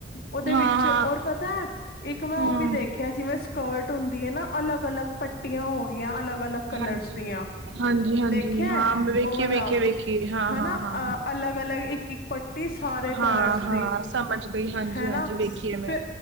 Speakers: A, on the left; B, on the right.
A: ਉਹਦੇ
B: ਹਾਂ
A: ਵਿੱਚ
B: ਹਾਂ
A: ਔਰ ਪਤਾ ਹੈ। ਇੱਕ ਮੈਂ
B: ਹਮ
A: ਉਹ ਵੀ ਦੇਖਿਆ ਜਿਵੇਂ ਸਕਰਟ ਹੁੰਦੀ ਹੈ ਨਾ ਅਲੱਗ ਅਲੱਗ। ਪੱਟੀਆਂ ਹੋ ਗਈਆਂ ਅਲੱਗ ਅਲੱਗ ਕਲਰਸ
B: ਹਾਂਜੀ
A: ਦੀਆਂ
B: ਹਾਂਜੀ ਹਾਂਜੀ
A: ਦੇਖਿਆ
B: ਹਾਂ ਮੈਂ ਵੇਖੀਏ
A: ਉਹ ਵਾਲਾ।
B: ਵੇਖੀਏ ਵੇਖੀਏ ਹਾਂ
A: ਹਨਾ
B: ਹਾਂ ਹਾਂ
A: ਅ ਅਲੱਗ ਅਲੱਗ ਇੱਕ। ਇੱਕ ਪੱਟੀ ਸਾਰੇ
B: ਹਾਂ
A: ਕਲਰਸ
B: ਹਾਂ
A: ਦੀ
B: ਸਮਝ ਗਈ ਹਾਂਜੀ
A: ਹੈਨਾ
B: ਹਾਂਜੀ ਵੇਖੀਏ
A: ਫਿ।
B: ਮੈਂ